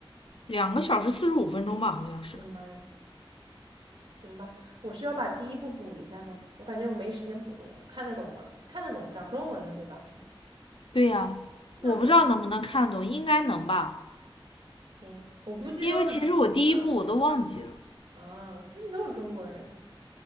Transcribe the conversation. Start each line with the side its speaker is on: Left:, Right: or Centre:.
Left: 两个小时四十五分钟吧，好像是。
Right: 我的妈呀，行吧，我需要把第一步补一下吗？我感觉我没时间补耶，看得懂吗？看得懂，讲中文的对吧？<laughs>
Left: 对呀、啊我不知道能不能看懂，
Right: 那没问题，
Left: 应该能吧。
Right: 行，我估计都是，
Left: 因为其实我第一步我都忘记了，
Right: 嗯啊，我估计都是中国人。